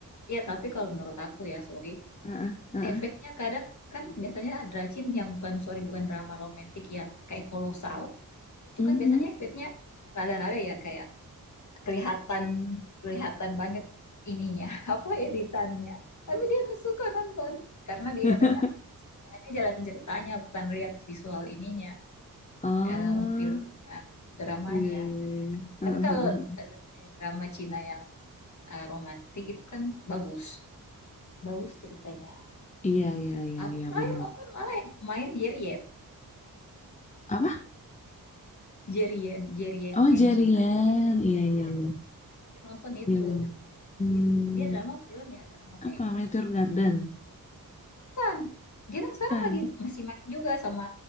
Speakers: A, on the left; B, on the left.
A: ya tapi kalau menurut aku ya sorry,
B: Heeh, heeh.
A: efeknya kadang kan biasanya ada rajin yang bukan sorry bukan drama romantik yang kayak kolosal, itu
B: Mhm.
A: kan biasanya efeknya rada-rada ya kayak kelihatan kelihatan banget ininya <laughs> apa editannya. Tapi dia suka nonton karena
B: <laughs>
A: dia katanya sukanya jalan ceritanya bukan lihat visual ininya
B: Oh,
A: eh, filmnya, dramanya.
B: iya, iya, iya. Heeh,
A: Tapi kalau
B: heeh.
A: eh, drama Cina yang eh, romantis itu kan bagus, bagus ceritanya.
B: Iya, iya, iya,
A: Aku
B: iya,
A: terakhir
B: benar.
A: nonton malah yang main Jerien,
B: Apa?
A: Jerien, Jerien
B: Oh,
A: yang
B: Jerian.
A: Cina.
B: Iya, iya, iya.
A: Terakhir nonton itu,
B: Iya, iya. Hmm,
A: dia, dia drama film ya drama kayaknya.
B: apa? Meteor Garden?
A: Bukan, dia kan sekarang
B: Kan?
A: lagi masih main juga sama